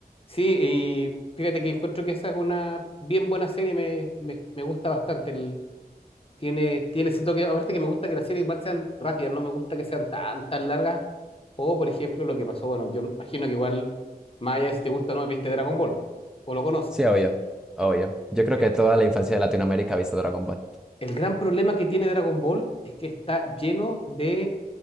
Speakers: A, on the left; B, in the centre.
A: sí, y fíjate que encuentro que esa es una bien buena serie, me, me, me gusta bastante. el- tiene, tiene ese toque, aparte que me gusta que las series igual sean rápidas, no me gusta que sean tan, tan largas. O, por ejemplo, lo que pasó, bueno, yo imagino que igual, más allá de si te gusta o no, viste Dragon Ball o lo conoces.
B: Sí, obvio, obvio. Yo creo
A: El-
B: que toda la infancia de Latinoamérica ha visto Dragon Ball.
A: El gran problema que tiene Dragon Ball es que está lleno de